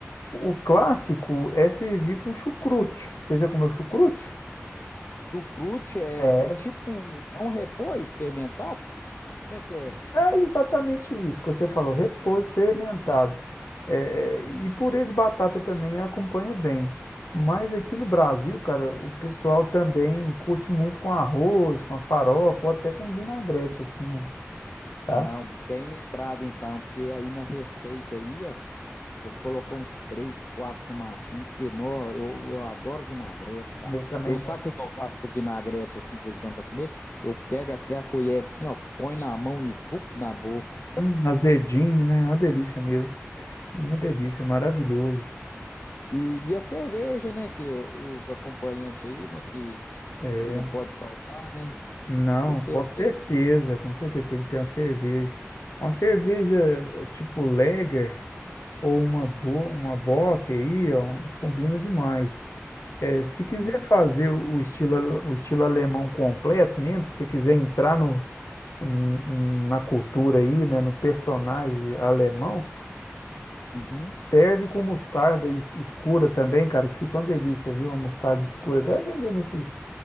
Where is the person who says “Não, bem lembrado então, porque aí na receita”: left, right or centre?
Left